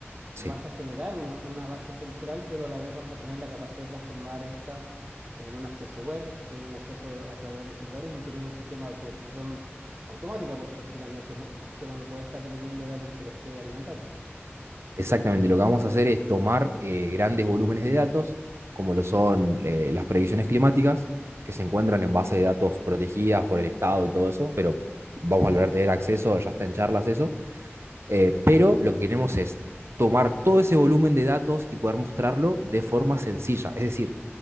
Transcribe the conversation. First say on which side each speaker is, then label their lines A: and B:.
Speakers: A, on the right; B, on the right.
A: sí.
B: vas a generar una, una base central, pero a la vez vas a tener la capacidad de transformar esta en un acceso web, en un acceso a través de celulares y tener un sistema de automatización automática, porque finalmente no, el sistema no puede estar dependiendo de alguien que lo esté alimentando.
A: Exactamente, lo que vamos a hacer es tomar eh, grandes volúmenes de datos, como lo son eh, las predicciones climáticas, que se encuentran en base de datos protegidas por el Estado y todo eso, pero vamos a lograr tener acceso, ya está en charlas eso, eh, pero lo que queremos es tomar todo ese volumen de datos y poder mostrarlo de forma sencilla, es decir,